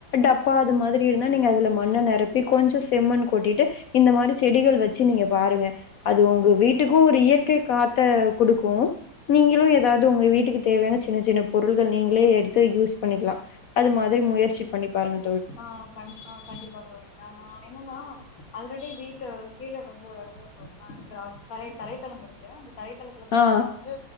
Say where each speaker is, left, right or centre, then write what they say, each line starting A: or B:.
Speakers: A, on the left (about 70°); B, on the left (about 45°).
A: டப்பா அது மாதிரி இருந்தா நீங்க அதுல மண்ண நெரப்பி கொஞ்ச செம்மண் கொட்டிட்டு இந்த மாரி செடிகள் வச்சு நீங்க பாருங்க அது உங்க வீட்டுக்கு ஒரு இயற்கை காத் த்த குடுக்கு நீங்கெளு ஏதாது உங்க வீட்டுக்கு தேவையான சின்ன சின்ன பொருள்கள் நீங்களே எடுத்து யூஸ் பண்ணிக்லா அது மாதிரி முயற்சி பண்ணி பாருங்க
B: ஆம் பன் ஆ கண்டிப்பா தோழி ஆ நா என்னன்னா அல்ரெடி வீட்டு கீழ வந்து ஒரு ஆ கிராம் தரை தரைதலம் இருக் க்கு அந்த தரைதளத்துல பாத்தம்னா
A: ஆ
B: வந்து